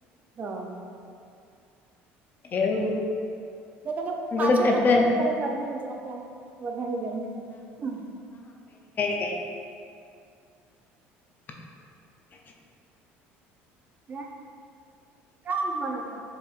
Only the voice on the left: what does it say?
એવું
બધું ખતર
<unintelligible> <inaudible> <unintelligible> <inaudible>